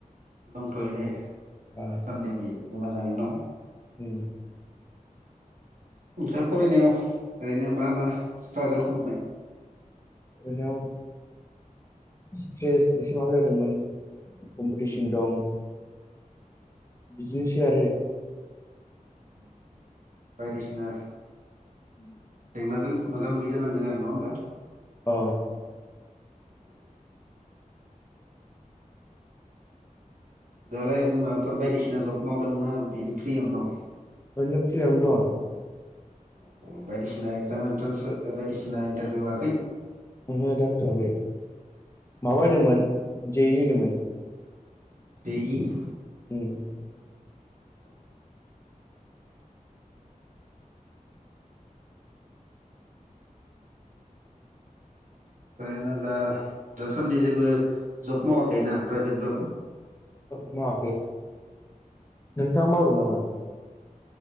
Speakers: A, on the right; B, on the left.
A: दंथ'यो दे दासान्दे
B: आ
A: बे मोजाङैनो दं
B: उ
A: नोंथा फरायनायाव ओरैनो मा मा स्ट्रागोल खालामबोनाय
B: <inaudible> स्ट्रेस बेसे माब जादोंमोन कम्पिटिशन दं बिदिनोसै आरो
A: <unintelligible> बायदिसिना
B: उ
A: नाजों मोगा मोगि जानांदों आरो नङा होमबा
B: अ
A: <inaudible> दालाय ओरैनो माबाफोर बायदिसिना जब मावदोंनाा बिदि फ्रियावनो दं?
B: नो फ्रियावनो दंआं
A: अ अ बायदिसिना एगजाम एन्ट्रेन्स बायदिसिना इन्टारभिउ होआखै?
B: ओंहो दा होथ'आखै माबा होदोंमोन जेइ होदोंमोन
A: दैज
B: उम
A: औ। ओखायनो दा दासान्दि जेबो जब मावाखै ना प्राइभेटबाबो
B: माखो नोंथाङा मावदों नामा